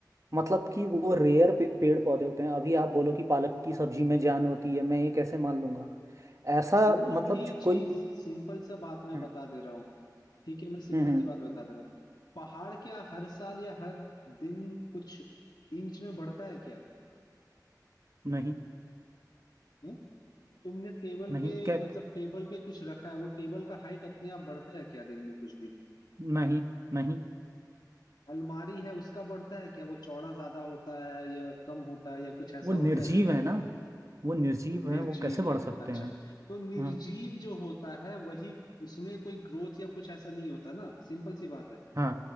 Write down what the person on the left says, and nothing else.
जो
भी
चीज
सिंपल सा बात मैं
बता दे रहा हूँ ठीक है मैं सिंपल
सी बात बता दे रहा हूँ पहाड़ क्या हर साल या हर दिन कुछ इंच में बढ़ता है क्या
हं? तुमने टेबल
पे
मतलब टेबल पे कुछ रखा है वो टेबल का हाइट अपने आप बढ़ता है क्या दिन में कुछ भी
अलमारी है उसका बढ़ता है क्या वो चौड़ा ज्यादा होता है या कम होता है या कुछ ऐसा
होता है क्या
निर्जीव
है
अच्छा
तो निर्जीव
जो होता है वही उसमें कोई ग्रोथ या कुछ ऐसा नहीं होता ना सिंपल सी बात है